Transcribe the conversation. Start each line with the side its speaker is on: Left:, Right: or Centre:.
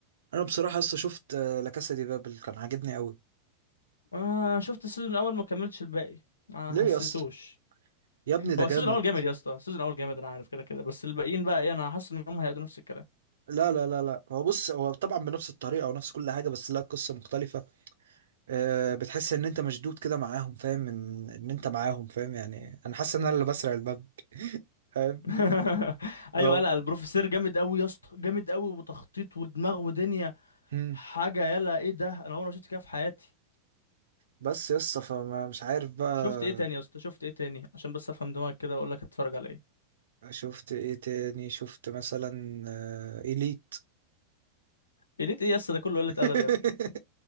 Right: انا بصراحة لسه شفت آه، لا كاسا دي بابل كان عاجبني قوي
Left: آه شفت السيزون الاول ما كملتش الباقي ما
Right: ليه
Left: حسيتوش
Right: يا اسطى يا ابني ده
Left: هو
Right: جامد
Left: السيزون الاول جامد يا اسطى السيزون الاول جامد انا عارف كده كده بس الباقيين بقى ايه انا حاسس ان هم هيقعدوا نفس الكلام
Right: لا لا لا لا هو بص هو طبعا بنفس الطريقة ونفس كل حاجة بس لا قصة مختلفة آه، بتحس ان انت مشدود كده معاهم فاهم ان ان انت معاهم فاهم يعني انا حاسس ان انا اللي بسرق البنك <laughs>
Left: <laughs>
Right: اه
Left: ايوه لا البروفيسور جامد قوي يا اسطى جامد قوي وتخطيط ودماغ ودنيا
Right: مم.
Left: حاجه يلا ايه ده انا عمري ما شفت كده في حياتي
Right: بس يسطا فما مش عارف بقى
Left: شفت ايه تاني يا اسطى شفت ايه تاني عشان بس افهم دماغك كده واقول لك هتتفرج على ايه
Right: شفت ايه تاني شفت مثلا آه، إليت
Left: قلت ايه يا اسطى ده كله قله ادب
Right: <laughs>
Left: يا ابني